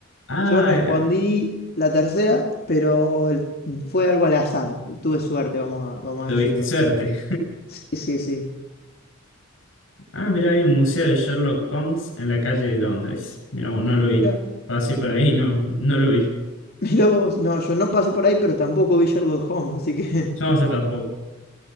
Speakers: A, on the left; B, on the left.
A: Ah,
B: Yo respondí la tercera, pero fue algo al azar. Tuve suerte, vamos a, vamos
A: tuviste
B: a decirlo.
A: suerte.
B: Sí, sí, sí.
A: Ah, mira, hay un museo de Sherlock Holmes en la calle de Londres. Mira, vos, no lo vi.
B: Mira,
A: Pasé por ahí, no, no lo vi.
B: mira vos. No, yo no pasé por ahí, pero tampoco vi Sherlock Holmes, así que. <laughs>
A: No, yo tampoco.